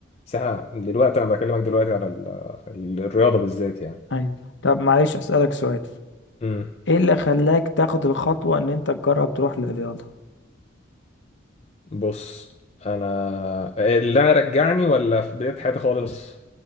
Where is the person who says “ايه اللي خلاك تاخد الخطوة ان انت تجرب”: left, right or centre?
Left